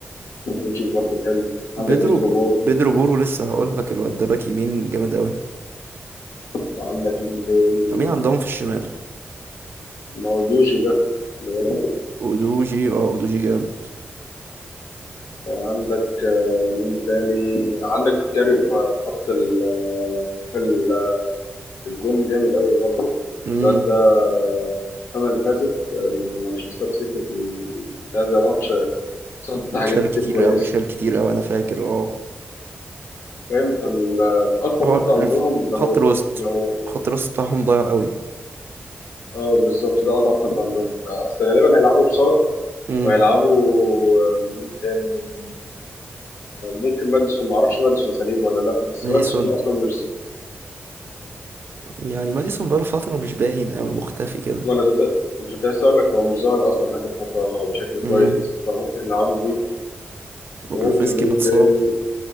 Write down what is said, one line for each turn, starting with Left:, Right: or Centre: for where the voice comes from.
Left: اودوجي برضه حلو عندك
Right: بيدرو
Left: بيدرو
Right: ب...
Left: بورو
Right: بيدرو بورو لسه هقول لك الواد ده باك يمين جامد قوي
Left: وعندك مين تاني
Right: مين عندهم في الشمال
Left: مودوجي ده اللي بالك
Right: اودوجي اه اودوجي جامد
Left: وعندك آه، مين تاني عندك فكاري في خط ال آه، في ال- في الجون جامد قوي برضه
Right: امم
Left: الواد ده آه، السنة اللي فاتت آه، ضد مانشستر سيتي في ال- كذا ماتش آه، صد حاجات
Right: شال
Left: كتير
Right: كتير
Left: كويسة
Right: قوي شال كتير قوي انا فاكر اه
Left: فاهم فالأقوى
Right: هو
Left: خط
Right: الف...
Left: عندهم اللي
Right: خط
Left: هو
Right: الوسط
Left: اللي هو
Right: خط الوسط بتاعهم ضايع قوي
Left: اه بالظبط ده أضعف خط عندهم آه، أصل غالبا هيلعبوا بصار
Right: امم
Left: وهيلعبوا آه، مين تاني ممكن ماديسون ما اعرفش ماديسون سليم ولا لا بس
Right: ماديسون
Left: ماديسون اصلا مش
Right: يعني ماديسون بقاله فترة مش باين قوي مختفي كده
Left: ما انا كنت مش كنت لسه اقول لك هو مش ظاهر اصلا اخر فتره بشكل كويس
Right: امم
Left: فممكن نلعبوا بيه
Right: وكلوفسكي
Left: وممكن مين
Right: متصاب
Left: تاني